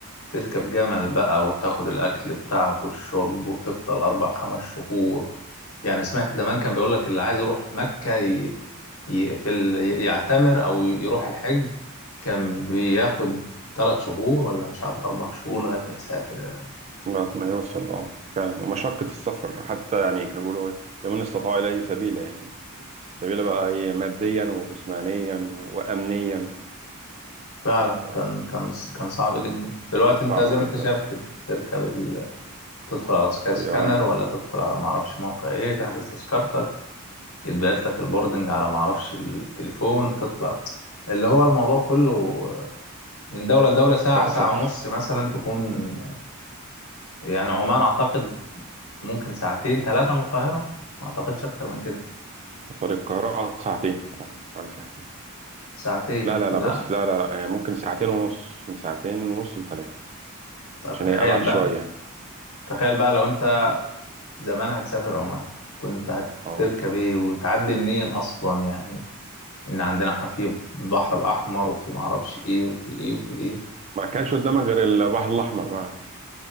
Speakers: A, on the left; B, on the right.
A: تركب جمل بقى وتاخد الاكل بتاعك والشرب وتفضل اربع خمس شهور يعني سمعت زمان كان بيقول لك اللي عايز يروح مكة ي... ي... في ال... يعتمر أو يروح الحج كان بياخد ثلاث شهور ولا مش عارف أربع شهور لغاية ما يسافر
B: بعد ما يوصل اه فعلا ومشقة السفر حتى يعني كانوا بيقولوا إيه، لمن استطاع إليه سبيلا يعني سبيلة بقى ايه ماديا وجسمانيا وأمنيا
A: فعلا
B: ف
A: كان كان كان صعب جدا دلوقتي
B: صعبة
A: أنت زي ما
B: جدا
A: أنت شايف
B: آه.
A: كده تركب ال... تدخل على سكاي
B: طيارة
A: سكانر ولا تدخل على معرفش موقع إيه تحجز تذكرتك يتبعت لك البوردنج على معرفش التليفون تطلع اللي هو الموضوع كله من دولة لدولة ساعة
B: بقى
A: ساعة
B: سهل
A: ونص مثلا تكون يعني عمان أعتقد ممكن ساعتين ثلاثة من القاهرة ما أعتقدش أكتر من كده
B: طريق القاهرة اه ساعتين اه حوالي ساعتين
A: ساعتين
B: لا لا
A: لا
B: لا بص لا لا لا آه، ممكن ساعتين ونص من ساعتين ونص لثلاثة
A: طب
B: عشان
A: تخيل
B: هي أبعد شوية
A: بقى
B: يعني
A: تخيل بقى لو أنت زمان هتسافر عمان كنت
B: اه
A: هتركب إيه وتعدي منين أصلا يعني إن عندنا إحنا في البحر الأحمر وفي معرفش إيه وفي إيه وفي إيه
B: ما كانش قدامك غير البحر الأحمر بقى